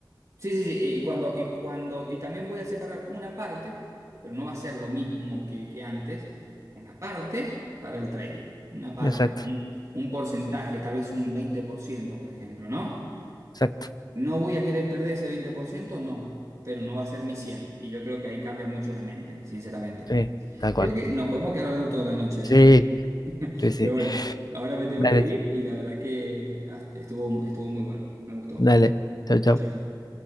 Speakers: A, on the right (about 40°); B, on the left (about 55°).
A: sí, sí, sí, y cuando, y cuando, y también voy a separar una parte, pero no va a ser lo mismo que, que antes, una parte para el trading, una parte,
B: exacto,
A: un, un porcentaje, tal vez un 20% por ejemplo, ¿no?
B: exacto,
A: No voy a querer perder ese 20%, no, pero no va a ser mi cien Y yo creo que ahí cambia mucho la mente, sinceramente.
B: sí, tal
A: Digo
B: cual.
A: que nos podemos quedar hablando toda la noche de
B: Sí,
A: esto, ¿eh?
B: sí, sí.
A: Pero bueno, ahora me tengo
B: Dale,
A: que ir y la verdad que ah, estuvo, estuvo muy bueno, me gustó.
B: dale, chao, chao.
A: Chao, chao.